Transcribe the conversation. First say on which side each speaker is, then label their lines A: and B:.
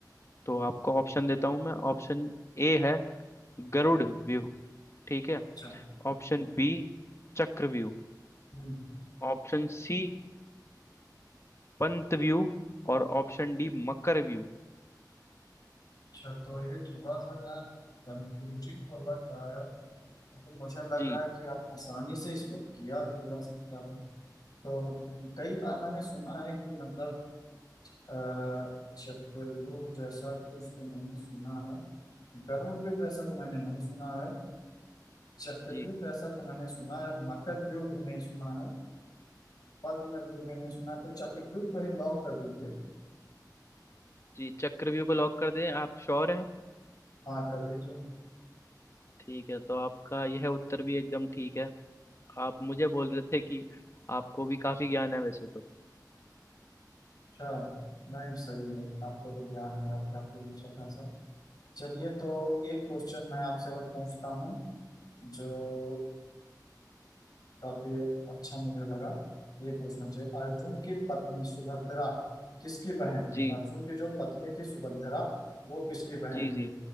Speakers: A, on the left; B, on the left.
A: तो आपको ऑप्शन देता हूँ मैं ऑप्शन ए है गरुड़ व्यूह ठीक है
B: अच्छा
A: ऑप्शन बी चक्रव्यूह
B: हम्म,
A: ऑप्शन सी पंत व्यू और ऑप्शन डी मकर व्यू
B: अच्छा तो ये थोड़ा सा यार कंफ्यूजिंग तो लग रहा है लेकिन मुझे लग
A: जी
B: रहा है कि आप आसानी से इसको किया भी जा सकता है तो कई बार मैंने सुना है कि मतलब अ, चक्रव्यूह जैसा कुछ तो मैंने सुना है गरुड़ जैसा तो मैंने नहीं सुना है चक्रव्यूह
A: जी
B: जैसा तो मैंने सुना है मकर व्यूह भी नहीं सुना है पद्म व्यूह भी नहीं सुना है तो चक्रव्यूह को ही लॉक कर दीजिए
A: जी चक्रव्यूह को लॉक कर दें आप श्योर हैं
B: हाँ कर दीजिए
A: ठीक है तो आपका यह उत्तर भी एकदम ठीक है आप मुझे बोल रहे थे कि आपको भी काफी ज्ञान है वैसे तो
B: अच्छा नहीं सही है आपको तो ज्ञान है आपका काफी अच्छा खासा चलिए तो एक क्वेश्चन मैं आपसे और पूछता हूँ जो काफी अच्छा मुझे लगा ये पूछना चाहिए अर्जुन की पत्नी सुभद्रा किसकी बहन थी
A: जी
B: अर्जुन की जो पत्नी थी सुभद्रा वो किसकी बहन
A: जी
B: थी
A: जी